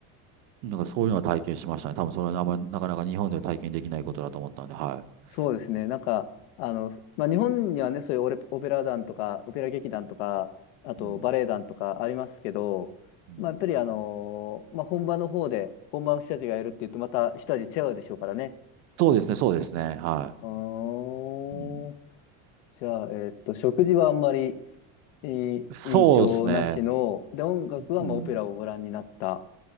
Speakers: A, on the right; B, on the left.
A: い。なんかそういうのは体験しましたね。多分それはあんまりなかなか日本では体験できないことだと思ったんで、はい。
B: そうですね。なんか、あの、まあ、日本にはね、そういうオレ、オペラ団とか、オペラ劇団とか、あとバレエ団とかありますけど、
A: うん、うん
B: まあ、やっぱりあのーまあ、本場の方で、本場の人たちがやるっていうと、また一味違うでしょうからね。
A: そうですね、そうですね、は
B: あー
A: い。うん、
B: じゃあ、えーっと、食事はあんまりいい印象なしの、
A: そうですね。
B: で、音楽はまあオペラをご覧になった。
A: うん